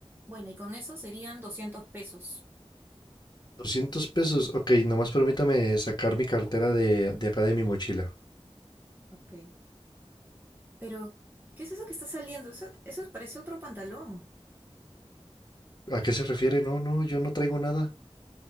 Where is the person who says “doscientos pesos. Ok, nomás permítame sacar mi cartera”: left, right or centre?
Left